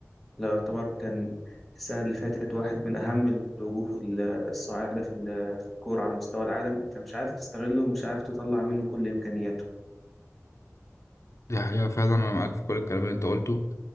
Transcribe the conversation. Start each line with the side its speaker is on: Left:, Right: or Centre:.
Centre: لو يعتبر كان السنة اللي فاتت واحد من أهم الوجوه ال- الصاعدة في ال- في الكورة على مستوى العالم أنت مش عارف تستغله ومش عارف تطلع منه كل إمكانياته
Left: دي حقيقة فعلا أنا معاك في كل الكلام اللي أنت قلته